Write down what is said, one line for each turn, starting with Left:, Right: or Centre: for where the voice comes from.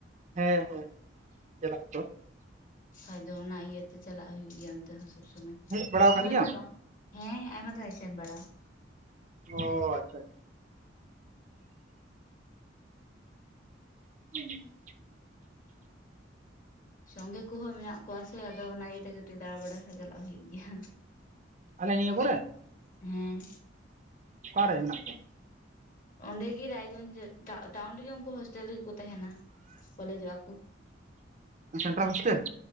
Right: ᱦᱮᱸ ᱦᱮᱸ, <inaudible>
Left: ᱠᱷᱟᱡ ᱫᱚ ᱚᱱᱟ ᱤᱭᱟᱹᱛᱮ ᱪᱟᱞᱟᱜ ᱦᱩᱭᱩᱜ ᱜᱮᱭᱟ ᱚᱱᱛᱮ ᱦᱚᱸ ᱥᱚᱵᱽ ᱥᱚᱢᱚᱭ
Right: ᱦᱮᱡ
Left: ᱥᱚᱵᱽ
Right: ᱵᱟᱲᱟᱣ
Left: ᱥᱚᱢᱚᱭ
Right: ᱟᱠᱟᱱ ᱜᱮᱭᱟᱢ
Left: ᱫᱚ ᱵᱟᱝ ᱾ ᱦᱮᱸ ᱦᱮᱸ ᱟᱭᱢᱟ ᱫᱷᱟᱣ ᱮᱧ ᱥᱮᱱ ᱵᱟᱲᱟ
Right: ᱚᱻ ᱟᱪᱪᱷᱟ ᱟᱪᱪᱷᱟ, <unintelligible>
Left: ᱥᱚᱝᱜᱮ ᱠᱚᱦᱚᱸ ᱢᱮᱱᱟᱜ ᱠᱚᱣᱟ ᱥᱮ ᱟᱫᱚ ᱚᱱᱟ ᱤᱭᱟᱹᱛᱮ ᱠᱟᱹᱴᱤᱡ ᱫᱟᱬᱟ ᱵᱟᱲᱟᱟᱭ ᱪᱟᱞᱟᱜ ᱦᱩᱭᱩᱜ ᱜᱮᱭᱟ,
Right: ᱟᱞᱮ ᱱᱤᱭᱟᱹ ᱠᱚᱨᱮ,
Left: ᱦᱮᱸ
Right: ᱚᱠᱟᱨᱮ ᱢᱮᱱᱟᱜ ᱠᱚᱣᱟ?
Left: ᱚᱸᱰᱮᱜᱤ ᱨᱮᱜᱮ ᱩᱱᱠᱩ ᱦᱚᱥᱴᱮᱞ ᱨᱮᱜᱮᱠᱚ ᱛᱟᱦᱮᱱᱟ ᱠᱚᱞᱮᱡᱚᱜᱼᱟ ᱠᱚ,
Right: ᱥᱮᱱᱴᱟᱨᱮᱞ ᱦᱥᱴᱮᱞ᱾